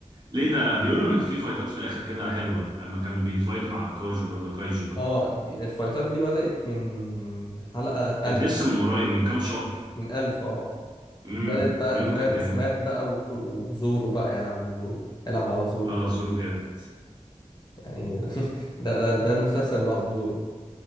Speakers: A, on the right; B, on the left.
A: ليه ده بيقولوا ان في فايتات في الاخر كده حلوه لما كان بيفايت مع كاجو ده ولا كايجو ده
B: اه دي... الفايتات دي بدات من حلقه
A: كانت
B: 1000
A: لسه من قريب من كام شهر
B: من 1000 اه
A: امم
B: بدات بقى
A: بيقولوا
B: اللي هي
A: كانت
B: الرسومات
A: جميله
B: بقى وك... وزورو بقى يا لهوي زورو يا لهوي على زورو
A: اه زورو جامد
B: يعني <laughs> ده ده ده المسلسل لوحده زورو